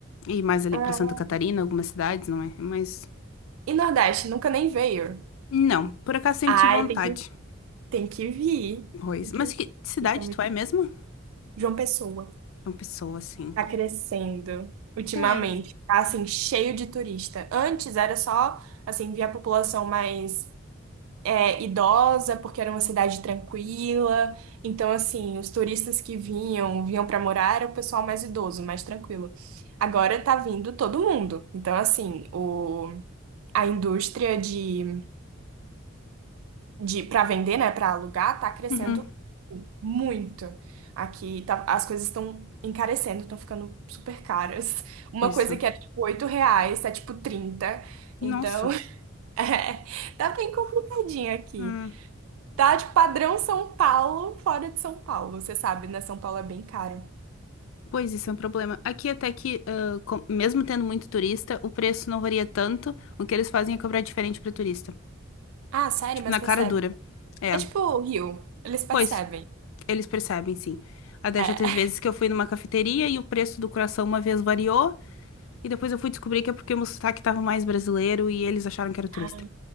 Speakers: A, on the left; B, on the right.
A: e mais ali
B: Ah.
A: pra Santa Catarina, algumas cidades, não é? Mas,
B: E Nordeste, nunca nem veio.
A: não, por acaso sempre
B: Ai,
A: tive vontade,
B: tem que, tem que vir.
A: pois.
B: Tem que,
A: Mas que cidade
B: tem que muito-
A: tu é mesmo?
B: João Pessoa
A: É uma pessoa, assim.
B: tá crescendo ultimamente.
A: Pois.
B: Tá, assim, cheio de turista. Antes era só, assim, via a população mais é, idosa, porque era uma cidade tranquila. Então, assim, os turistas que vinham, vinham para morar, era o pessoal mais idoso, mais tranquilo. Agora tá vindo todo mundo. Então, assim, o, a indústria de, de para vender, né, para alugar, tá crescendo
A: Uhum,
B: muito. Aqui tá- as coisas estão encarecendo, estão ficando super caras. Uma
A: pois.
B: coisa que era tipo 8 reais, tá tipo trinta
A: Nossa.
B: Então, <laughs> é, tá bem complicadinho aqui.
A: Hum.
B: Tá de padrão São Paulo, fora de São Paulo. Você sabe, né? São Paulo é bem caro.
A: Pois isso é um problema. Aqui até que, ah, com- mesmo tendo muito turista, o preço não varia tanto. O que eles fazem é cobrar diferente para turista.
B: Ah, sério?
A: Tipo,
B: Mas
A: na
B: percebe.
A: cara dura. É.
B: É tipo o Rio. Eles percebem.
A: Pois, eles percebem, sim. Até
B: É.
A: já teve vezes que eu fui numa cafeteria e o preço do coração uma vez variou. E depois eu fui descobrir que é porque o meu sotaque tava mais brasileiro e eles acharam que era turista.
B: Ah.